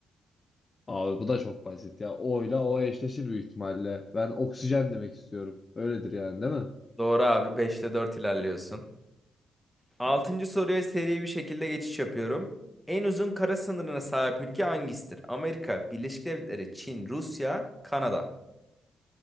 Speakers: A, on the left; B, in the centre.
A: Abi bu da çok basit ya. O ile O eşleşir büyük ihtimalle. Ben oksijen demek istiyorum. Öyledir yani değil mi?
B: Doğru abi. Beşte 4 ilerliyorsun. Altıncı soruya seri bir şekilde geçiş yapıyorum. En uzun kara sınırına sahip ülke hangisidir? Amerika, Birleşik Devletleri, Çin, Rusya, Kanada.